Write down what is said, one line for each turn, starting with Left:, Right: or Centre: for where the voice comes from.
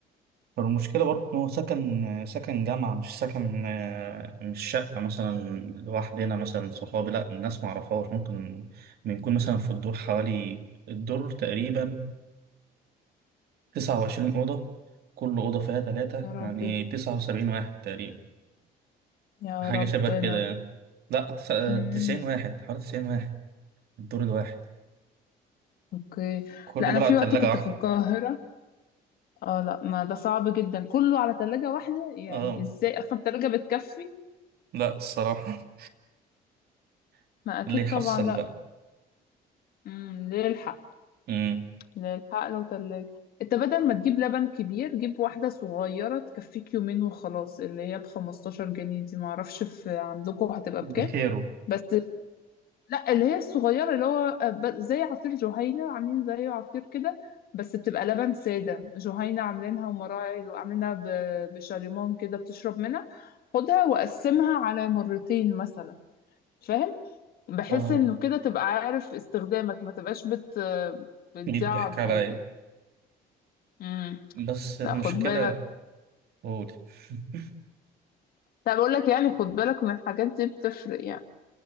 Right: فالمشكلة برضه إن هو سكن سكن جامعة مش سكن آه، مش شقة مثلا لوحدنا مثلا صحابي لأ الناس معرفهاش ممكن بنكون مثلا في الدور حوالي الدور تقريبا تسعة وعشرين أوضة كل أوضة فيها تلاتة
Left: يا ربي
Right: يعني تسعة وسبعين واحد تقريبا
Left: يا
Right: حاجة
Left: ربنا
Right: شبه كده يعني لأ
Left: مم.
Right: تسعين واحد حوالي تسعين واحد الدور الواحد
Left: اوكي
Right: كله
Left: لا انا
Right: دول
Left: في
Right: على
Left: وقت
Right: تلاجة
Left: كنت
Right: واحدة
Left: في القاهرة اه لا ما ده صعب جدا كله على تلاجة واحدة يعني
Right: اه
Left: ازاي اصلا التلاجة بتكفي
Right: لا الصراحة <laughs>
Left: ما اكيد
Right: اللي يحصل
Left: طبعا لا
Right: بقى
Left: امم ليه الحق
Right: امم
Left: ليه الحق لو تلاجة انت بدل ما تجيب لبن كبير جيب واحدة صغيرة تكفيك يومين وخلاص اللي هي ب 15 جنيه دي معرفش في عندكم هتبقى
Right: بخيره
Left: بكام بس لا اللي هي الصغيرة اللي هو آه، ب- زي عصير جهينة عاملين زيه عصير كده بس بتبقى لبن سادة جهينة عاملينها ومراعي وعاملينها ب- بشاليمون كده بتشرب منها خدها وقسمها على مرتين مثلا فاهم بحيث
Right: اه
Left: انه كده تبقى عارف استخدامك ما تبقاش بت بتضيع
Right: دي بتحكي
Left: على الفاضي
Right: على ايه
Left: امم
Right: بس المشكلة
Left: لا خد بالك
Right: قول <laughs>
Left: لا بقول لك يعني خد بالك من الحاجات دي بتفرق يعني